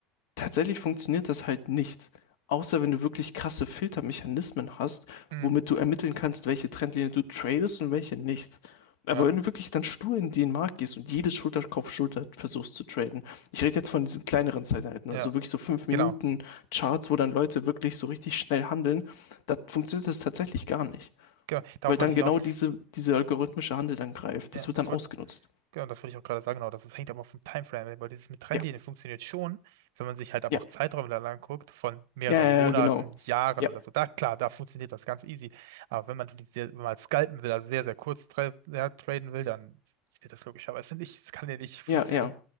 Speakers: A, on the left; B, on the right.
A: Tatsächlich funktioniert das halt nicht, außer wenn du wirklich krasse Filtermechanismen hast,
B: Mhm.
A: womit du ermitteln kannst, welche Trendlinie du tradest und welche nicht. Aber
B: Ja,
A: wenn du wirklich dann stur in den Markt gehst und jedes Schulter-Kopf-Schulter versuchst zu traden, ich rede jetzt von diesen kleineren Zeiteinheiten,
B: ja,
A: also wirklich so 5 Minuten
B: genau.
A: Charts, wo dann Leute wirklich so richtig schnell handeln, da funktioniert das tatsächlich gar nicht.
B: Genau. Darauf
A: Weil dann
B: wollte ich
A: genau
B: hinaus.
A: diese, diese algorithmische Handel dann greift.
B: Ja,
A: Das wird
B: das
A: dann ausgenutzt.
B: wollte Genau, das wollte ich auch gerade sagen, genau, das, das hängt aber vom Timeframe, ab, weil dieses mit Trennlinie
A: Ja,
B: funktioniert schon, wenn man sich halt aber
A: ja,
B: auch Zeiträume da lang guckt, von mehreren
A: ja, ja,
B: Monaten,
A: ja, genau.
B: Jahren
A: Ja,
B: oder so, da, klar, da funktioniert das ganz easy, aber wenn man, die sehr, wenn man halt scalpen will, also sehr, sehr kurz tra ja, traden will, dann funktioniert das logischerweise nicht, das kann ja nicht funktionieren.
A: ja, ja.